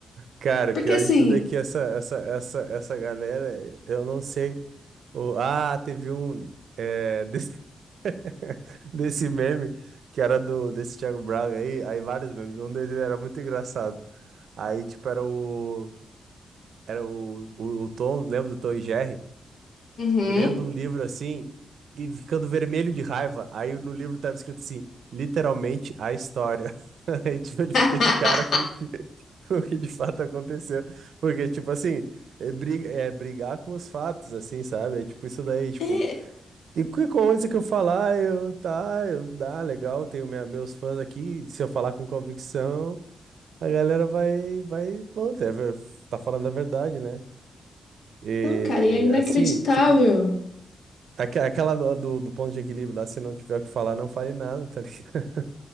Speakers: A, on the right; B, on the left.
A: Cara,
B: Porque,
A: pior
B: assim,
A: de tudo é que essa, essa, essa, essa galera, eu não sei. O- ah, teve um é, desse, <laughs> desse meme que era do desse Thiago Braga aí, aí vários memes. Um deles era muito engraçado. Aí, tipo, era o. Era o, o, o Tom, lembra do Tom e Jerry?
B: uhum.
A: lendo um livro assim e ficando vermelho de raiva. Aí no livro tava escrito assim, literalmente a história. <laughs> Aí, tipo, ele fica
B: <laughs>
A: de cara com o que, <laughs> com o que de fato aconteceu. Porque, tipo assim, é, briga, é brigar com os fatos, assim, sabe? É tipo isso daí, tipo.
B: É,
A: E que coisa que eu falar, eu, tá, eu, dá, legal, tenho minha- meus fãs aqui. Se eu falar com convicção, a galera vai, vai, bom, tá tá falando a verdade, né? E
B: não, cara, e é inacreditável.
A: assim, tipo, Aque- Aquela do, do do ponto de equilíbrio lá, se não tiver o que falar, não fale nada, tá ligado? <laughs>